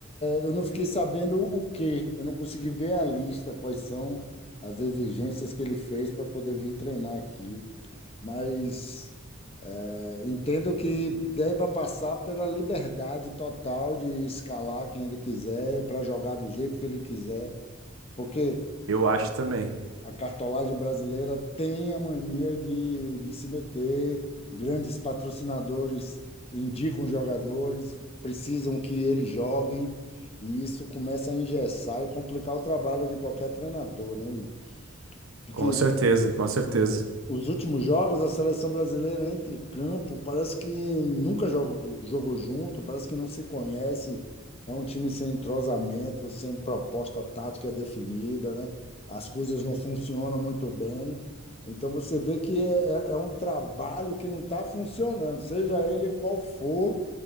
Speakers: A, on the left; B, on the right.
A: Eu não fiquei sabendo o quê. Eu não consegui ver a lista, quais são as exigências que ele fez para poder vir treinar aqui. Mas é, entendo que deva passar pela liberdade total de escalar quem ele quiser, para jogar do jeito que ele quiser. Porque
B: Eu acho também.
A: a cartolagem brasileira tem a mania de, de se meter, grandes patrocinadores indicam jogadores, precisam que eles joguem, e isso começa a engessar e complicar o trabalho de qualquer treinador, né? porque
B: Com certeza, com certeza.
A: os últimos jogos, a seleção brasileira entra em campo, parece que nunca jogou, jogou junto, parece que não se conhece. É um time sem entrosamento, sem proposta tática definida, né? As coisas não funcionam muito bem. Então você vê que é, é- é um trabalho que não está funcionando, seja ele qual for